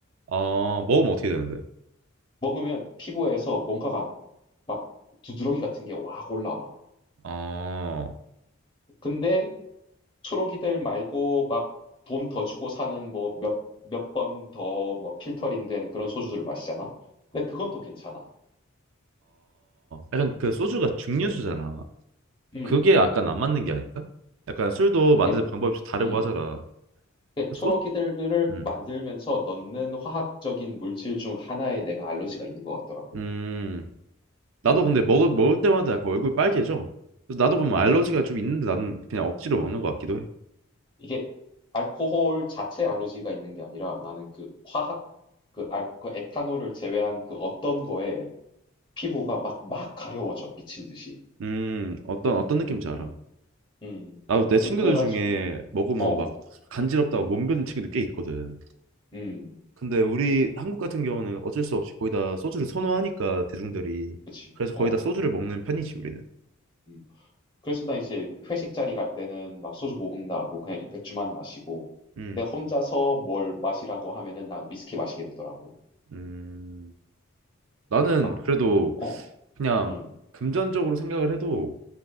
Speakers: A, on the right; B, on the left.
A: 먹으면 어떻게 되는데?
B: 먹으면 피부에서 뭔가가 막 두드러기 같은 게 확 올라와.
A: 어 어 어
B: 근데 초록이들 말고 막 돈 더 주고 사는 뭐 몇, 몇 번 더 뭐 필터링 된 그런 소주들을 마시잖아. 근데 그건 또 괜찮아.
A: 약간 그 소주가 증류수잖아.
B: 음, 음.
A: 그게 약간 안 맞는 게 아닐까? 약간 술도
B: 이게,
A: 만드는 방법이 좀 다르고
B: 음.
A: 하잖아.
B: 이게
A: 그
B: 초록이들을
A: 소 음.
B: 만들면서 넣는 화학적인 물질 중 하나에 내가 알러지가 있는 것 같더라고.
A: 음 나도
B: 음,
A: 근데 먹을 먹을 때마다 약간 얼굴 빨개져. 그래서 나도 그럼
B: 음.
A: 알러지가 좀 있는데 나는 그냥 억지로 먹는 것 같기도 해.
B: 이게 알코올 자체 알러지가 있는 게 아니라 나는 그 화학 그, 알, 그 에탄올을 제외한 그 어떤 거에 피부가 막, 막 가려워져, 미친 듯이.
A: 음 어떤 어떤 느낌인지 알아.
B: 오, 음,
A: 나도 내
B: 그-
A: 친구들
B: 그래가지고,
A: 중에 먹으면
B: 어,
A: 막 간지럽다고 몸거린 친구도 꽤 있거든.
B: 음,
A: 근데 우리 한국 같은 경우는 어쩔 수 없이 거의 다 소주를 선호하니까 대중들이
B: 그치,
A: 그래서 거의
B: 어,
A: 다 소주를 먹는 편이지 우리는.
B: 음. 그래서 나 이제 회식 자리 갈 때는 막 소주 못 먹는다고 그냥 이 맥주만 마시고,
A: 음,
B: 내가 혼자서 뭘 마시라고 하면은 나 위스키 마시게 되더라고.
A: 음. 나는
B: 막,
A: 그래도
B: 어,
A: 그냥
B: 음,
A: 금전적으로 생각을 해도